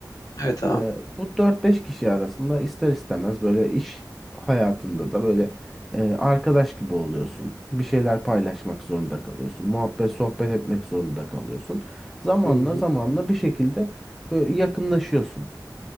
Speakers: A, on the left; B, in the centre.
A: Evet abi.
B: Ee, bu dört beş kişi arasında ister istemez böyle iş hayatında da böyle e, arkadaş gibi oluyorsun. Bir şeyler paylaşmak zorunda kalıyorsun. Muhabbet, sohbet etmek zorunda kalıyorsun. Zamanla
A: Hı hı.
B: zamanla bir şekilde böyle yakınlaşıyorsun.